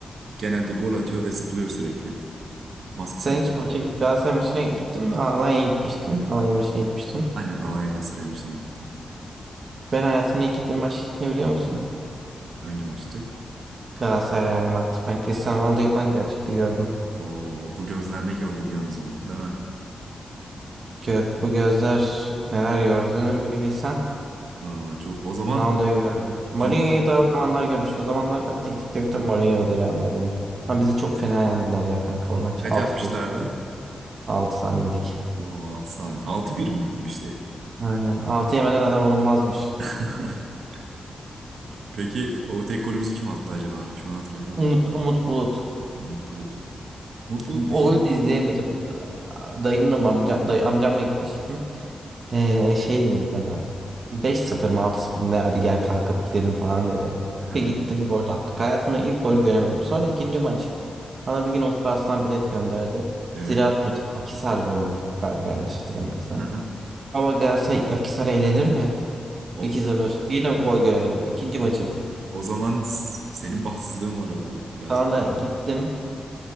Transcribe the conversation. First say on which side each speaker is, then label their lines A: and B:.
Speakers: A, on the right; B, on the right.
A: Genelde gol atıyor ve zıplıyor sürekli. Maskesini
B: Sen hiç maça, Galatasaray maçına gittin mi? Aa, Alanya'ya gitmiştin. Alanya maçına gitmiştin.
A: aynen Alanya Galatasaray maçına gittim.
B: Ben hayatımda ilk gittiğim maç ne biliyor musun?
A: Hangi maçtı?
B: Galatasaray Real Madrid. Ben Cristiano Ronaldo'yu falan gerçekte gördüm.
A: Oo bu gözler ne gördü diyorsun o zaman değil mi?
B: Gö- bu gözler neler gördüğünü bir bilsen
A: Aa, çok o zaman
B: Ronaldo'yu gördü. Mourinho'yu
A: ama,
B: daha o zamanlar görmüş. O zamanlar bak teknik direktör Mourinho'ydu Real Madrid'in. Ama bizi çok fena yendiler ya kanka
A: ama
B: o maç.
A: kaç
B: Altı
A: atmışlardı?
B: bir altı tane yedik.
A: O 6 saniye. Altı bir mi bitmişti?
B: Aynen. altı yemeden adam olunmazmış.
A: <laughs> Peki o tek golümüzü kim attı acaba? Şu an hatırlayamadım.
B: Umut, Umut Bulut.
A: Umut Bulut. Umut Bulut
B: O
A: değil.
B: golü de izleyemedim. Dayımla mı amcam, day, amcamla gitmiştim. Ee, şey dedi bana. beş sıfır, mı 6-0 mı ne hadi gel kalkıp gidelim falan dedi.
A: Ha,
B: Bir gittim gol attık. Hayatımda ilk gol göremedim. Sonra ikinci maç. Bana bir gün Otur Aslan bilet gönderdi.
A: evet.
B: Ziraat maçı Akhisar'la oynadık galiba yanlış hatırlamıyorsam.
A: Hı
B: Ama Galatasaray Akhisar eğlenir mi? 2-0.
A: O,
B: Yine gol
A: o,
B: göremedim. İkinci maçım.
A: o zaman s- senin bahtsızlığın var o, o biraz.
B: Sonra gittim.